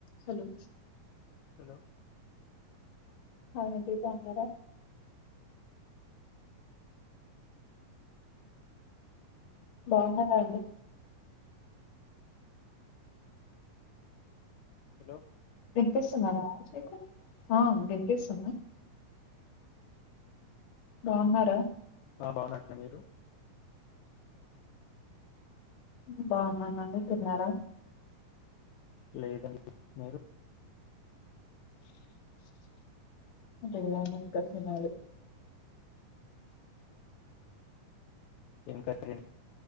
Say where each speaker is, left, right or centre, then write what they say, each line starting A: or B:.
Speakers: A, on the left; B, on the left.
A: Hello
B: hello
A: hi అండి బాగున్నార బాగున్నార అండి
B: హలో
A: వినిపిస్తుంద నా వాయిస్ మీకు ఆ వినిపిస్తుంది బాగున్నార
B: ఆ బాగున్న అండి మీరు
A: ఉ బాగున్నానండి తిన్నార
B: లేదండి మీరు
A: లేదండి ఇంకా తినాలి
B: ఇంక ప్రియన్